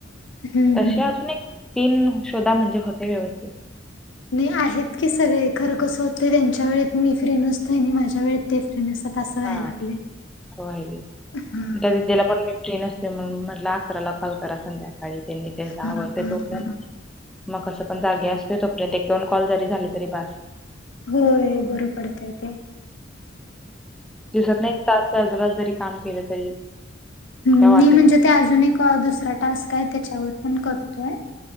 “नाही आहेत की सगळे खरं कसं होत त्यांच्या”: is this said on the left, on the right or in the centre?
Left